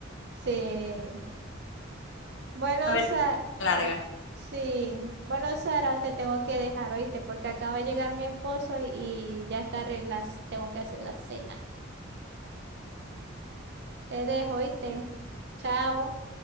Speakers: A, on the right; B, on the left.
A: Sí. Bueno,
B: una vereda
A: Sara,
B: larga.
A: sí. Bueno, Sara, te tengo que dejar, ¿oíste? Porque acaba de llegar mi esposo y, y ya está, re- las- tengo que hacer la cena. Te dejo, ¿oíste? Chao.